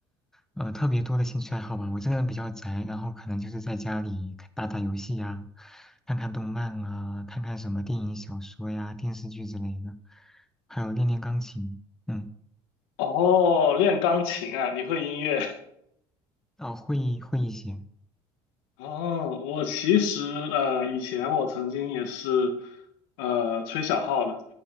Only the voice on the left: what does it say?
哦，练钢琴啊，你会音乐？
<laughs> 哦，我其实呃以前我曾经也是呃吹小号的，